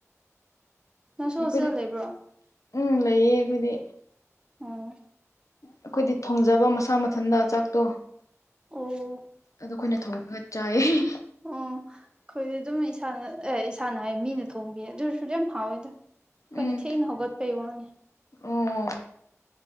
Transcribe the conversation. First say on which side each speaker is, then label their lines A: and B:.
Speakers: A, on the right (about 15°); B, on the left (about 80°).
A: ꯅꯪꯁꯨ
B: ꯑꯩꯈꯣꯏꯗꯤ
A: ꯍꯣꯁꯇꯦꯜꯗ ꯂꯩꯕ꯭ꯔꯣ
B: ꯎꯝ ꯂꯩꯌꯦ ꯑꯩꯈꯣꯏꯗꯤ
A: ꯑꯣ
B: ꯑꯩꯈꯣꯏꯗꯤ ꯊꯣꯡꯖꯕ ꯃꯁꯥ ꯃꯊꯟꯗ ꯆꯥꯛꯇꯣ
A: ꯑꯣ
B: ꯑꯗꯣ ꯑꯩꯈꯣꯏꯅ ꯊꯣꯡꯉꯒ ꯆꯥꯏꯌꯦ <unintelligible>
A: ꯑꯣ__ ꯑꯩꯈꯣꯏꯗꯤ ꯑꯗꯨꯝ ꯏꯁꯥꯅ ꯑꯦ ꯏꯁꯥꯅ ꯍꯥꯏ ꯃꯤꯅ ꯊꯣꯡꯕꯤꯌꯦ ꯑꯗꯨ ꯑꯣꯏꯔꯁꯨ ꯌꯥꯝ ꯍꯥꯎꯋꯦꯗ ꯑꯩꯈꯣꯏꯅ
B: ꯎꯝ
A: ꯊꯦꯡꯅ ꯍꯧꯒꯠꯄꯩ ꯋꯥꯅꯤ
B: ꯑꯣ